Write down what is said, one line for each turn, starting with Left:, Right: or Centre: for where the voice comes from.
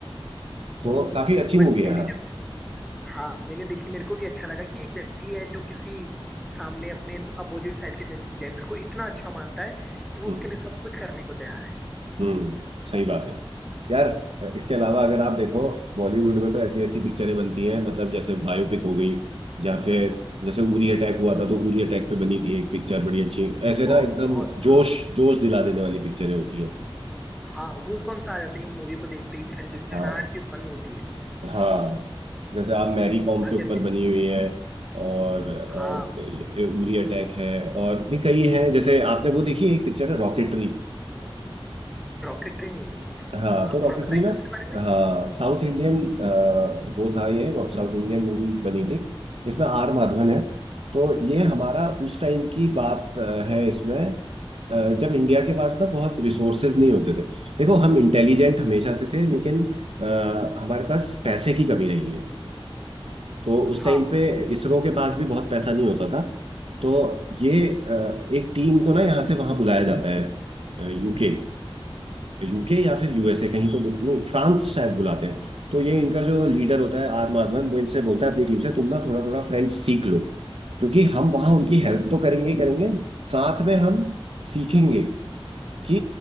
Right: तो
Centre: ओ
Right: काफी अच्छी
Centre: बट
Right: मूवी
Centre: मैंने
Right: है
Centre: जब हाँ मैंने देखी मेरे को भी अच्छा लगा कि एक व्यक्ति है जो किसी सामने अपने अपोजिट साइड के जेंडर को इतना अच्छा मानता है कि वो
Right: हाँ
Centre: उसके लिए सब कुछ करने को तैयार है
Right: हम्म सही बात है यार इसके अलावा
Centre: हाँ
Right: अगर आप देखो बॉलीवुड में तो ऐसी ऐसी पिक्चरें बनती हैं मतलब जैसे बायोपिक हो गई या फिर जैसे उरी अटैक हुआ था तो उरी अटैक पे बनी थी एक पिक्चर बड़ी अच्छी ऐसे ना
Centre: बहुत
Right: एकदम
Centre: बहुत हाँ
Right: जोश जोश दिला देने वाली पिक्चरें होती हैं
Centre: हाँ गूजबम्स आ जाते हैं इन मूवी को देखते ही झंझनाहट
Right: हाँ
Centre: सी उत्पन्न होती है
Right: हाँ जैसे आप मैरी कॉम
Centre: अब
Right: के ऊपर
Centre: जैसे
Right: बनी हुई है और
Centre: हाँ
Right: अ, ये उरी अटैक है और भी कई हैं जैसे आपने वो देखी है, एक पिक्चर है रॉकेटरी
Centre: रॉकेटरी नहीं देखी है मैंने
Right: हाँ तो
Centre: आप
Right: डॉक्यूमेंट्री
Centre: थोड़ा बताएंगे
Right: ना
Centre: उसके बारे में
Right: हाँ साउथ इंडियन वो था ये साउथ इंडियन मूवी बनी थी जिसमें आर माधवन है तो ये हमारा उस टाइम की बात अ, है इसमें अ, जब इंडिया के पास ना बहुत रिसोर्सेज नहीं होते थे देखो हम इंटेलिजेंट हमेशा से थे लेकिन अ, हमारे पास पैसे की कमी रही है तो उस
Centre: हाँ
Right: टाइम पे इसरो के पास भी बहुत पैसा नहीं होता था तो ये अ, एक टीम को ना यहाँ से वहाँ बुलाया जाता है यूके यूके या फिर यूएसए कहीं तो नहीं फ्रांस शायद बुलाते हैं तो ये इनका जो लीडर होता है आर माधवन वो इनसे बोलता है अपनी टीम से तुम ना थोड़ा थोड़ा फ्रेंच सीख लो क्योंकि हम वहां उनकी हेल्प तो करेंगे ही करेंगे साथ में हम सीखेंगे कि